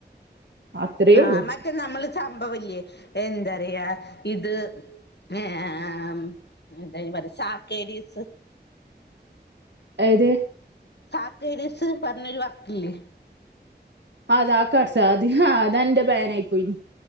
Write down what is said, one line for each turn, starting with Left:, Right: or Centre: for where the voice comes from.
Right: അത്രയേ ഉള്ളൂ
Left: ആഹ് മറ്റേ നമ്മള് ത്തംഭവംല്യേ എന്താറിയാ ഇത് ങ്ങേം എന്താ അയിന് പറ്യ ഷാക്കേരീസ്
Right: അയത്
Left: സാക്കേരിസ് പറഞ്ഞൊരു വർക്കില്ലേ?
Right: ആഹ് താ കാർട്സ് അത് ഹാ അതന്റെ ബേനായി പോയിന്